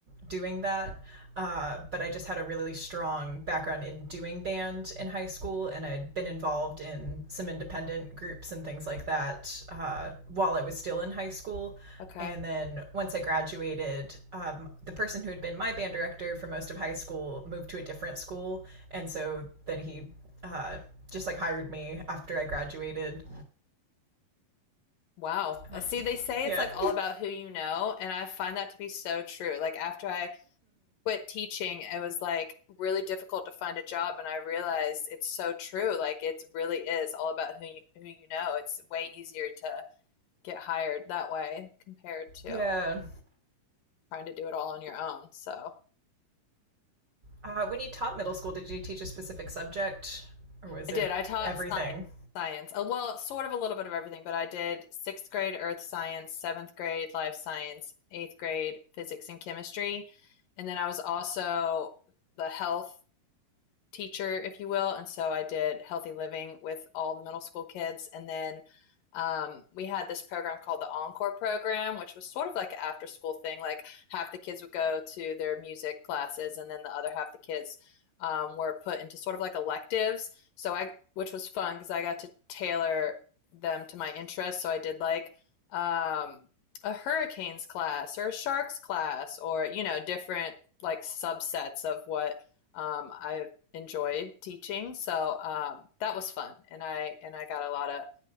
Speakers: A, on the right; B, on the left.
A: doing that. Uh, but I just had a really strong background in doing band in high school, and I'd been involved in some independent groups and things like that uh, while I was still in high school.
B: Okay.
A: And then once I graduated, um, the person who had been my band director for most of high school moved to a different school. And so then he uh, just like hired me after I graduated.
B: Wow. Uh,
A: Um,
B: See, they say
A: yeah.
B: it's like all about who you know, and I find that to be so true. Like after I quit teaching, it was like really difficult to find a job, and I realized it's so true. Like it really is all about who you, who you know. It's way easier to get hired that way compared to
A: <laughs> yeah.
B: trying to do it all on your own. So
A: Uh, when you taught middle school, did you teach a specific subject or was
B: I did.
A: it
B: I taught
A: everything?
B: science. Science. Uh, Well, sort of a little bit of everything, but I did sixth grade earth science, seventh grade life science, eighth grade physics and chemistry. And then I was also the health teacher, if you will. And so I did healthy living with all the middle school kids. And then um, we had this program called the Encore program, which was sort of like an after school thing. Like half the kids would go to their music classes, and then the other half the kids um, were put into sort of like electives. So I, which was fun because I got to tailor them to my interests. So I did like um, a hurricanes class or a sharks class, or you know different like subsets of what um, I enjoyed teaching. So um, that was fun, and I and I got a lot of